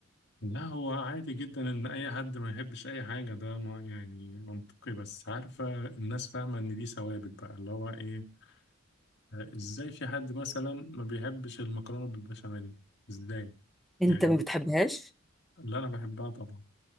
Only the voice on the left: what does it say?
لا هو عادي جدا ان اي حد ما يحبش اي حاجة ده ما يعني منطقي بس عارفة الناس فاهمة ان دي ثوابت بقى اللي هو ايه آه، ازاي في حد مثلا ما بيحبش المكرونة بالبشاميل ازاي
يعني
اللي انا بحبها طبعا